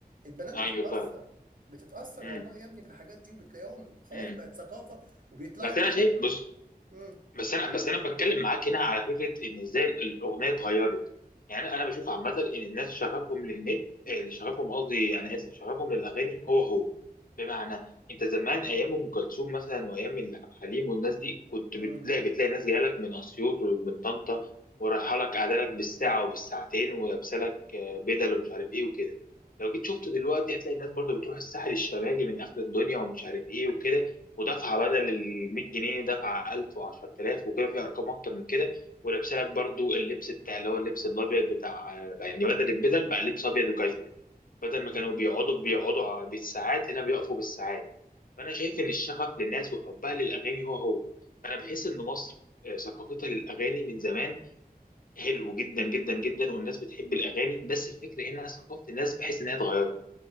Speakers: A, on the right; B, on the left.
A: البنات
B: ايوه
A: بتتأثر
B: فعلا
A: بتتأثر
B: امم
A: والله يا ابني بالحاجات دي وبتلاقيهم خلاص
B: امم
A: بقت ثقافة وبيطلعوا
B: بس
A: ترند
B: انا شايف بص
A: امم
B: بس انا بس انا بتكلم معاك هنا على فكره ان ازاي ال- الاغنيه اتغيرت يعني انا بشوف عامه ان الناس شغفهم للنت آه، اللي شغفهم قصدي انا اسف شغفهم للاغاني هو هو بمعنى انت زمان ايام ام كلثوم مثلا وايام ال- عبد الحليم والناس دي كنت بتلاقي
A: امم
B: بتلاقي ناس جايه لك من اسيوط ومن طنطا ورايحه لك قاعده لك بالساعه وبالساعتين ولابسه لك آه، بدل ومش عارف ايه وكده لو جيت شفته دلوقتي هتلاقي الناس برضو بتروح الساحل الشمالي من اخر الدنيا ومش عارف ايه وكده ودفعه بدل ال 100 جنيه دفعه 1000 و10000 وكده في ارقام اكتر من كده ولابسه لك برضو اللبس بتاع اللي هو اللبس الابيض بتاع يعني بدل البدل بقى لبس ابيض وكاجوال بدل ما كانوا بيقعدوا بيقعدوا ع- بالساعات هنا بيقفوا بالساعات فانا شايف ان الشغف للناس وحبها للاغاني هو هو انا بحس ان مصر آه، ثقافتها للاغاني من زمان حلو جدا جدا جدا والناس بتحب الاغاني بس الفكره هنا ثقافه الناس بحس انها اتغيرت